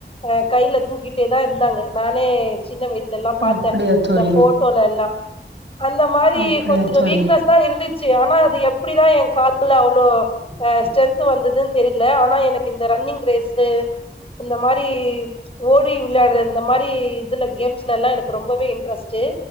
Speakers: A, on the left (about 30°); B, on the right (about 75°).
A: அ கையில தூக்கிட்டே தா இருந்தாங்க நானே சின்ன வயசுலல்லா பாத்தே
B: அப்டியா தோழி
A: தா போட் எல்லா அந்த மாரி
B: அப்டியா
A: கொஞ்சோ
B: தோழி
A: வீக்னஸ் தா இருந்துச் ஆனா அது எப்டிதா எ கால்ல அவ்ளோ ஸ்ட்ரென்த் வந்ததுன்னு தெரியல ஆனா எனக்கு இந்த ரன்னிங் ரேஸு இந்த மாரி ஓடி விளயாடுற இந்த மாரி இதுல கேம்ஸ்லல்லா எனக்கு ரொம்பவே இன்ட்ரெஸ்ட்டு